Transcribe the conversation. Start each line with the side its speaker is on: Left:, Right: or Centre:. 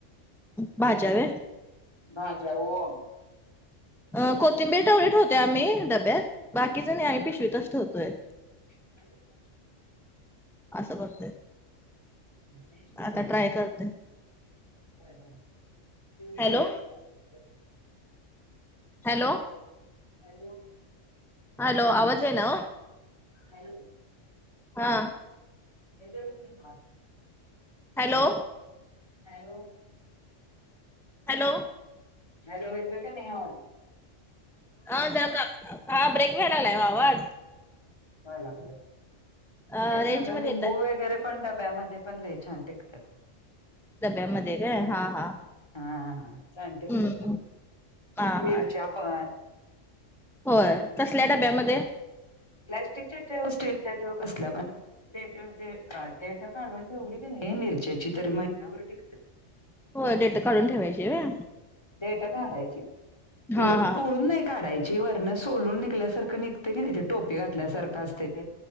Centre: भाज्या होय
Left: भाज्या ओ
Centre: अ कोथिंबीर तेवढी
Left: एक
Centre: ठेवतोय आम्ही डब्यात बाकीच नाही आम्ही
Left: हा
Centre: पिशवीतच ठेवतोय
Left: नाही
Centre: असं करतोय
Left: <inaudible>
Centre: आता ट्राय करते
Left: <unintelligible>
Centre: हॅलो हॅलो
Left: हॅलो
Centre: हॅलो आवाज येईना ओ
Left: हॅलो
Centre: हा
Left: एद नाही हल
Centre: हॅलो
Left: हो
Centre: हॅलो
Left: हरबत का नाहीहा
Centre: हा ज हा ब्रेक वेलाला आवाज
Left: लाग
Centre: अ
Left: तेच
Centre: रेंज
Left: म्हणलं
Centre: मध्ये
Left: लिंबू
Centre: येताय
Left: वगैरे पण डब्यामध्ये पण लई छान टिकतात
Centre: डब्यामध्ये काय हा हा
Left: हा छान टिकतयात
Centre: हम्म
Left: बघ
Centre: हा
Left: मीर
Centre: हा
Left: प
Centre: होय कसल्या डब्यामध्ये
Left: प्लाॅस्टिकच्या ठेव स्टीलच्या ठेव कसल्या पण दे देट काढून ठेवली त नाही मिरच्याची तरी महिनाभर टिकत
Centre: हो डेट काढून ठेवायची व
Left: डेट काढायची
Centre: हा
Left: म्हणजे आ
Centre: हा
Left: तोडून नाही काढायची ची वर्ण सोलून निघल्यासारखं निघते की नाही तेे टोपे घातल्यासारखं असते ते